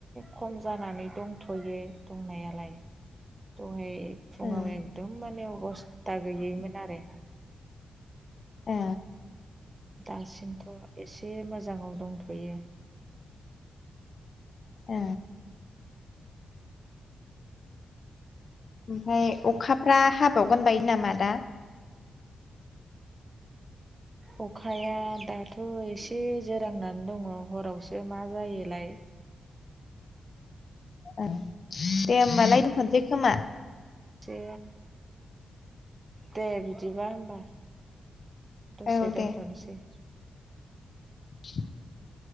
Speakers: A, on the right; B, on the left.
A: खम जानानै दंथयो दंनायालाय दहाय फुङाव
B: ओं
A: एकदम माने अबस्था गैयैमोन आरो
B: ए
A: दासिमथ एसे मोजाङाव दंथयो
B: ओ ओमफाय अखाफ्रा हाबावगोन बायदि नामा दा
A: अखाया दाथ एसे जोरांनानै दङ हरावसो मा जायोलाय
B: ओ दे होमबालाय दोनथसै खोमा
A: दे दे बिदिबा होमबा दसे
B: औ दे
A: दोनथनोसै
B: <inaudible>